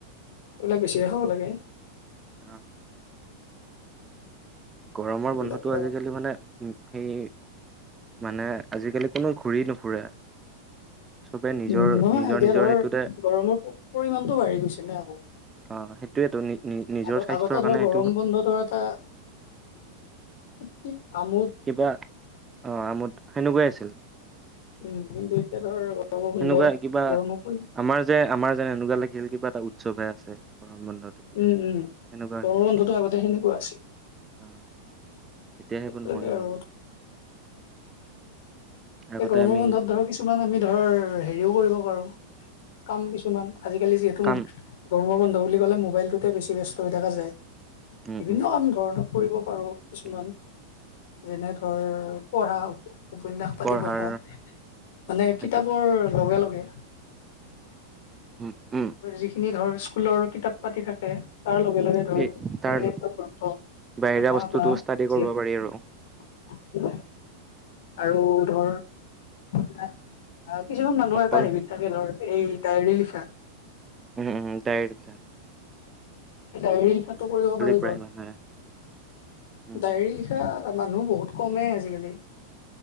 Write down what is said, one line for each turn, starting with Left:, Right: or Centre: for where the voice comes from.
Left: এইবিলাক বেছিকে খাব লাগে।
Right: অহ। গৰমৰ
Left: সেইবিলাকে
Right: বন্ধতো আজিকালি
Left: আৰু
Right: মানে উম, সেই মানে আজিকালি কোনো ঘূৰি নুফুৰে চবে নিজৰ
Left: উম, নহয়
Right: নিজৰ
Left: এতিয়া
Right: নিজৰ
Left: ধৰ
Right: সেইটোতে
Left: গৰমৰ পৰিমাণটো বাঢ়ি গৈছে নে আকৌ
Right: অ সেইটোয়েতো নি নি নিজৰ
Left: আগত-আগতে
Right: স্বাস্থ্যৰ কাৰণে
Left: ধৰ
Right: সেইটো
Left: গৰম বন্ধ ধৰ এটা কি আমোদ
Right: কিবা অ', আমোদ সেনেকুৱাই আছিল
Left: উম, কিন্তু এতিয়া ধৰ গৰম বন্ধ
Right: এনেকুৱা কিবা,
Left: গৰমৰ পৰি
Right: আমাৰ যে আমাৰ যেন এনেকুৱা লাগিল কিবা এটা উৎসৱহে আছে। গৰম বন্ধত তেতিয়া
Left: উম, উম,
Right: সেনেকুৱা হৈছিল
Left: গৰমৰ বন্ধটো আগতে সেনেকুৱা আছিল।
Right: অ এতিয়া সেইবোৰ
Left: এতিয়ালৈকে
Right: নহোৱা
Left: আৰু
Right: হ'ল। আগতে
Left: এই গৰমৰ
Right: আমি
Left: বন্ধত ধৰ কিছুমান আমি ধৰ হেৰিও কৰিব পাৰো কাম কিছুমান আজিকালি যিহেতু
Right: কাম
Left: গৰমৰ বন্ধ বুলি ক'লে মোবাইলটোতে বেছি ব্যস্ত হৈ থকা যায়।
Right: উম
Left: বিভিন্ন
Right: উম
Left: কাম ধৰ কৰিব পাৰো কিছুমান
Right: অ
Left: যেনে ধৰ পঢ়া উপন্যা পাতি
Right: পঢ়াৰ
Left: পঢ়া, মানে
Right: অ
Left: কিতাপৰ
Right: সেইটো হয়
Left: লগে লগে
Right: উম। উম
Left: যিখিনি ধৰ স্কুলৰ কিতাপ পাতি থাকে তাৰ লগে লগে ধৰ
Right: সেই তাৰ
Left: <unintelligible> গ্ৰন্থ
Right: বাহিৰা
Left: পঢ়া
Right: বস্তুটো
Left: বা
Right: ষ্টাডি কৰিব
Left: যিহেতু
Right: পাৰি আৰু
Left: উম। আৰু ধৰ কিছুমান মানুহৰ
Right: অকল
Left: এটা হেবিট থাকে ধৰ এই ডায়েৰী লিখা
Right: ওহোঁ ওহোঁ ডাই <unintelligible>
Left: ডায়েৰী লিখাটো কৰিব পাৰি
Right: প্ৰায়
Left: ধৰ,
Right: মানুহে উম
Left: ডায়েৰী লিখা মানুহ বহুত কমেই আজিকালি।